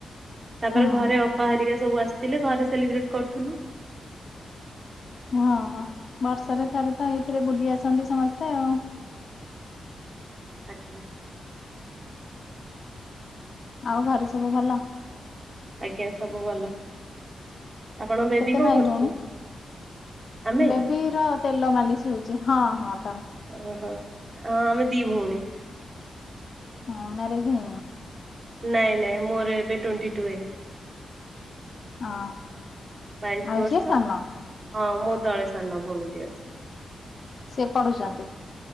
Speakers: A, on the right; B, on the left.
A: ତାପରେ
B: ହଁ
A: ଘରେ ଅପାହାରିକା ସବୁ ଆସି ଥିଲେ ଘରେ ସେଲିବ୍ରେଟ କରୁଥିଲୁ।
B: ହଁ ହଁ ବର୍ଷରେ ଥରେ ତ ଏଇଥିରେ ବୁଲି ଆସନ୍ତି ସମସ୍ତେ ଆଉ।
A: ଆଜ୍ଞା।
B: ଆଉ ଘରେ ସବୁ ଭଲ?
A: ଆଜ୍ଞା ସବୁ ଭଲ। ଆପଣଙ୍କ ବେବି
B: କେତେ
A: କଣ
B: ଭାଇ
A: କରୁଛି?
B: ଭଉଣୀ
A: ଆମେ
B: ବେବି ର ତେଲ ମାଲିସ ହଉଛି ହଁ ହଁ ତ
A: ଓ ହୋ ହଁ ଆମେ ଦୀଭଉଣୀ।
B: ହଁ ମ୍ୟାରେଜ ହେଇନି?
A: ନାଇଁ ନାଇଁ ମୋର ଏବେ ଟୋଣ୍ଟି ଟୁ ଏଜ୍।
B: ଆ
A: ବାଇଶି
B: ଆଉ
A: ବର୍ଷ
B: ଯିଏ ସାନ।
A: ହଁ ମୋ ତଳେ ସାନ ଭଉଣୀଟି ଅଛି।
B: ସେ ପଢୁଛନ୍ତି।